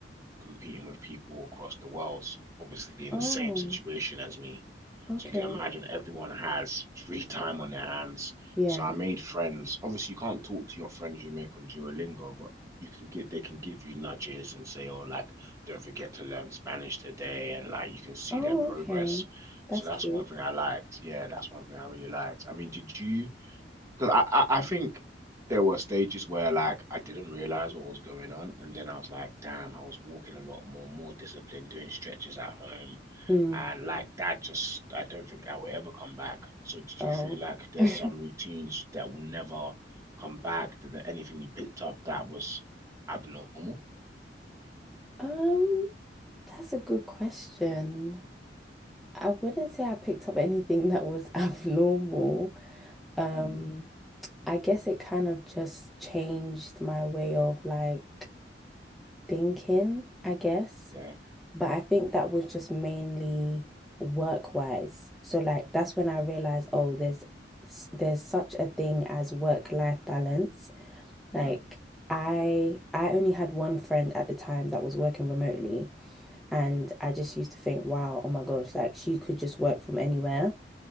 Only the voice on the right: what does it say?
competing with people across the world, obviously in
the same situation as me.
So you can imagine everyone has free time on their hands.
So I made friends. Obviously, you can't talk to your friends you make on Duolingo, but you can get they can give you nudges and say, oh, like, don't forget to learn Spanish today, and like you can see
their progress.
So that's
one thing I liked. Yeah, that's one thing I really liked. I mean, did you because I, I, I think there were stages where like I didn't realize what was going on, and then I was like, damn, I was walking a lot more, more disciplined, doing stretches at home,
and like that just I don't think that will ever come back. So did
you feel like there's
some routines that will never come back? Did there anything you picked up that was abnormal?
Mm,
yeah,
mm,